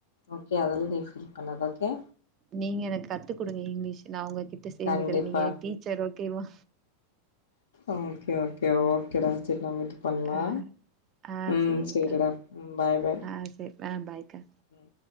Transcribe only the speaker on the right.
நீங்க எனக்கு கத்து குடுங்க இங்கிலீஷ் நா ஒங்ககிட்ட சேந்துக்கிறே
நீங்க எனக்கு டீச்சர் ஓகே வா
ஆ ஆ
சேரிக்கா.
ஆ சரி ஆ பாய்க்கா.